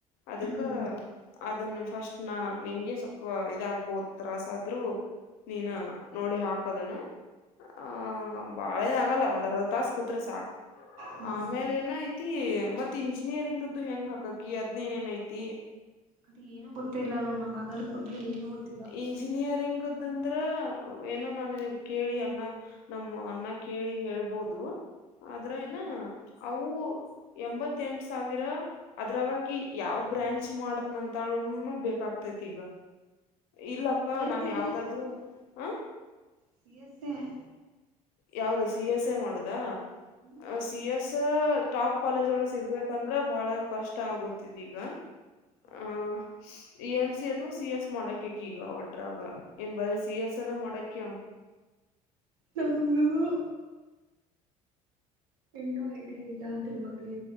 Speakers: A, on the left; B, on the right.
A: ಅದಕ್ಕ
B: ಹ್ಮ್
A: ಅದನ್ನು ಫಸ್ಟ್ ನ ನಿಂಗೆ ಸ್ವಲ್ಪ ಇದಾಗಬೋದು ತ್ರಾಸ ಆದ್ರೂ ನೀನ್ ನೋಡಿ ಹಾಕದನ ಆಹ ಬಾಳೇನ ಆಗಲ್ಲ ಒಂದ್ರ್ಧ ತಾಸ ಕೂತ್ರೆ ಸಾಕಕ್
B: ಹ್ಮ್ ಹ್ಮ್
A: ಆಮೇಲೆ ಏನಾಯ್ತು ಮತ್ ಇಂಜಿನಿಯರಿಂಗದ್ದು ಹೆಂಗ್ ಹಾಕಾಕಿ ಅದ್ನೇನೇನ್ ಐತಿ
B: ಅದ ಏನು ಗೊತ್ತ ಇಿಲ್ಲ ನೋ ನಂಗಗೆ ಅದ ಬಗ್ಗೆ ಏನು ಗೊತ್ತ
A: ಇಂಜಿನಿಯರಿಂಗದಂದ್ರ ಏನೋ ನಾನಿನಗ್ ಕೇಳಿ ಅನ್ನ ನಮ್ಮ ಅನ್ನ ಕೇಳಿ ಹೇಳ್ಬೋದು ಆದ್ರ
B: ಹ್ಮ್
A: ನ ಅವು ಎಂಬತ್ತೆಂಟು ಸಾವಿರ ಅದ್ರಾಗಕ ಯಾವ್ ಬ್ರಾಂಚ್ ಮಾಡತ್ನ ಅಂತಳನು ಬೇಕಾಗತೈತಿ ಈಗ ಇಲ್ಲಕ್ಕ
B: ಸಿ ಎಸ್
A: ನಾನ್
B: ಎ
A: ಯಾವ್ದಾದ್ರು ಹ
B: ಸಿ ಎಸ್ೆ <inaudible>
A: ಯಾವ್ದ ಸಿ ಎಸ್ ಎ ಮಾಡುದಾ
B: ಹ್ಮ್
A: ಸಿ ಎಸ್ ಟಾಪ್ ಕಾಲೇಜ್ ಒಳ ಸಿಗ್ಬೇಕಂದ್ರೆ ಬಹಳ ಕಷ್ಟ ಆಗುತ್ತಿದೀಗ
B: ಹೌದು
A: ಆಹ ಇ ಎನ್ ಸಿ ಅಥವಾ ಸಿ ಎಸ್ ಮಾಡಕಕ ಈಗ ಒಟ್ರಾಗ ಏನ್ ಬರೀ ಸಿ ಎಸ್ ಅನ ಮಾಡಕ್ಯ
B: ತ <unintelligible> ಏನೋ ಐಡಿಯಾ ಇಲ್ಲ ಅದ್ರ ಬಗ್ಗೆ